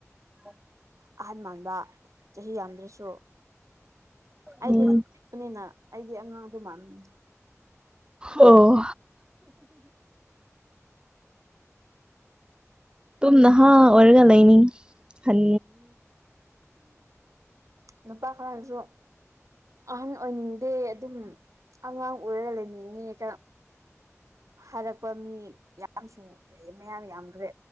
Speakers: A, on the right; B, on the right.
A: ꯍ
B: ꯑꯍꯟ ꯃꯥꯟꯕ ꯆꯍꯤ ꯌꯥꯝꯡꯗ꯭ꯔꯁꯨ ꯑꯩꯗꯤ
A: ꯎꯝ
B: ꯅꯤꯅ ꯑꯩꯗꯤ ꯑꯉꯥꯡꯗꯣ ꯃꯥꯟꯕꯥꯟꯕꯅꯦ
A: ꯑꯣ ꯇꯨꯝ ꯅꯍꯥ ꯑꯣꯏꯔꯒ ꯂꯩꯅꯤ ꯍꯟ
B: ꯅꯨꯄꯥ ꯈꯔꯅꯁꯨ ꯑꯍꯟ ꯑꯣꯏꯅꯤꯡꯗꯦ ꯑꯗꯨꯝ ꯑꯉꯥꯡ ꯑꯣꯏꯔꯒ ꯂꯩꯅꯤꯡꯉꯦ ꯍꯥꯏꯔꯛꯄ ꯃꯤ ꯌꯥꯝꯁꯨ ꯃꯌꯥꯝ ꯌꯥꯝꯈ꯭ꯔꯦ